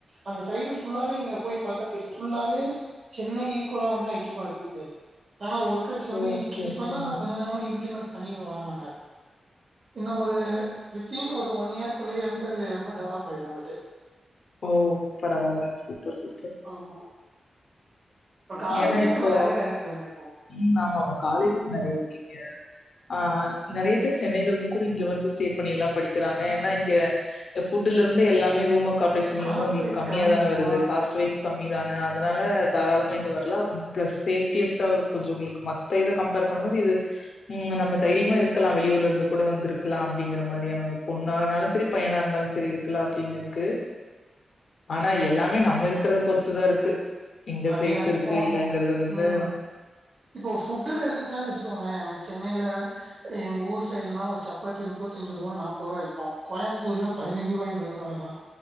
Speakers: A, on the right; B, on the left.
A: அந்த சைடு ஃபுல்லாவே நீங்க போய் பாத்தா தெரியு ஃபுல்லாவே சென்னை ஈக்குவலா வந்து ஐடி பார்க் இருக்கு ஆனா ஒர்க் கடச்சோனே
B: ஓகே,
A: இப்பல்லா
B: ஓகே.
A: கொஞ்ச கொஞ்சமா இம்ப்ளிமெண்ட் பண்ணியு வாறாங்க இன்னு ஒரு வித்தின் ஒரு ஒன் ஒன் இயர் குள்ளயே வந்து அது ரொம்ப டெவலப் ஆயிடு அங்காட்டு
B: ஓ பரவால்ல சூப்பர் சூப்பர்
A: ஆமா காலேஜுமே
B: ஏன்னா இப்போ
A: அங்க நெறைய இருக்குல்லண்ணே இப்போ
B: ம் ம் ஆமாம்மா காலேஜஸ் நெறைய இருக்கு இங்க ஆ ஆ
A: ம்
B: நெறைய பேர்ருச் சென்னையில இருந்து கூட இங்க வந்து ஸ்டே பண்ணி எல்லா படிக்கிறாங்க ஏன்னா இங்க ஃபுட்ல இருந்து எல்லாமே ரூமு காம்பேஷன்
A: காஸ்ட்
B: இருந்து உங்களுக்கு
A: வைஸ்
B: கம்மியா
A: கம்மி
B: தான வருது
A: ஆ
B: காஸ்ட் வைஸ் கம்மி தான அதனால தாராள இங்க வரலா ப்ளஸ் சேப்டியஸ்டா கொஞ்சோ உங்களுக்கு மத்த இத கம்பேர் பண்ணும்போது இது ம் நம்ம தைரியமா இருக்கலா வெளியூர்ல இருந்து கூட வந்துருக்கலா அப்டிங்கிற மாரியான ஒரு பொண்ணானாலு சரி பையனா இருந்தாலு சரி இருக்கலா அப்டின்னு இருக்கு
A: <inaudible>
B: ஆனா எல்லாமே நம்ம இருக்கிறத பொறுத்துதா இருக்கு எங்க
A: அதே
B: சேஃப்
A: தா
B: இருக்கு
A: இப்போ
B: இல்லங்கறது வந்து
A: ம் இப்போ ஃபுட்டுன்னு எடுத்துக்கிட்டாலே வச்சுக்கோங்களே அங்க சென்னையில எங்க ஊர் சைடுலனா ஒரு சப்பாத்தி முப்பத்தஞ்சு ரூவா நாப்பரூவா இப்போ கோயம்புத்தூர்ல பதின்சுரூபா இருபது ரூபா தா